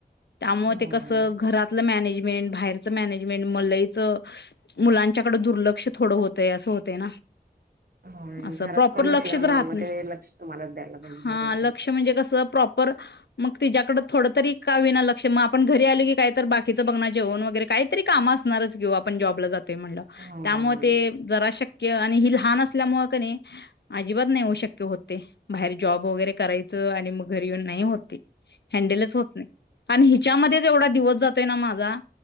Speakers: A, on the left; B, on the right.
A: त्यामुळे
B: होय.
A: ते कसं घरातलं मॅनेज. मेंट बाहेरच मॅनेजमेंट म लईच. मुलांच्याकडे दुर्लक्ष. होतय, असं होतय ना?
B: हो
A: अस
B: घरात
A: प्रॉपर
B: कोण
A: लक्षच
B: असल्यामुळे
A: राहत
B: मग
A: नाही.
B: ते लक्ष तुम्हालाच द्यायला पाहिजे
A: हां
B: बरोबर
A: लक्ष
B: आहे.
A: म्हणजे कस प्रॉपर मग तीच्याकड थोड तरी का विना लक्ष म आपण घरी आलो की काहीत बाकीचं बघ जेवण वगैरे काहीतरी काम असणारच कि वो आपण जॉबला जात ते म्हनल्य
B: हो
A: त्यामुळ ते जरा शक्य कि आणि ही लहान असल्यामुळ क नाय अजिबात नाही हो शक्य होत ते. बाहेर जॉब वगैरे करायचं आणि मग घरी येऊन नाही होत ते. हॅण्डलच होत नाही आणि हिच्यामध्ये तेवढा दिवस जातोय ना, माझा